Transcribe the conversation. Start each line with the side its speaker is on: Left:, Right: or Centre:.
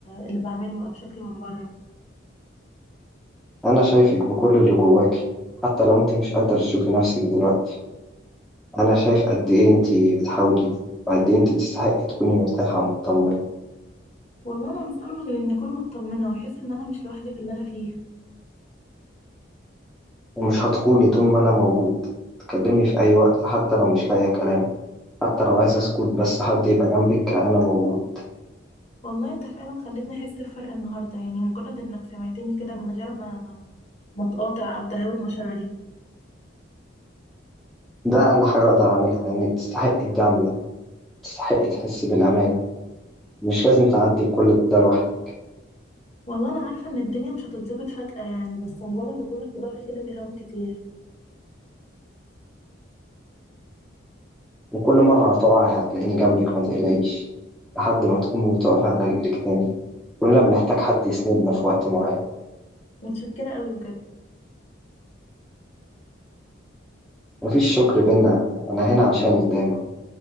Left: اللي بعمله او شكلي من بره
Centre: أنا شايفك بكل اللي جواكي حتى لو انت مش قادرة تشوفي نفسك دلوقتي أنا شايف قد إيه أنتي بتحاولي وقد إيه أنتي تستحقي تكوني مرتاحة ومطمنة
Left: والله انا مش عارفة غير ان اكون مطمنة واحس ان انا مش لوحدي في اللي انا فيه
Centre: ومش هتكوني طول ما أنا موجود تكلمي في أي وقت حتى لو مش لاقية كلام حتى لو عايزة أسكت بس حد يبقى جنبك أنا موجود
Left: والله انت فعلا خلتني احس بفرق النهارده يعني مجرد انك سمعتني كده من غير ما ما تقاطع او تهاون مشاعري
Centre: ده أقل حاجة أقدر أعملها لأنك تستحقي الدعم ده تستحقي تحسي بالأمان مش لازم تعدي بكل ده لوحدك
Left: والله انا عارفه ان الدنيا مش هتتظبط فجأة يعني بس مجرد وجودك في ظهري كده بيهون كتير
Centre: وكل مرة هتقعي هتلاقيني جنبك ما تقلقيش لحد ما تقومي وتقفي على رجلك تاني كلنا بنحتاج حد يسندنا في وقت معين
Left: متشكره قوي بجد
Centre: مفيش شكر بينا أنا هنا عشانك دايما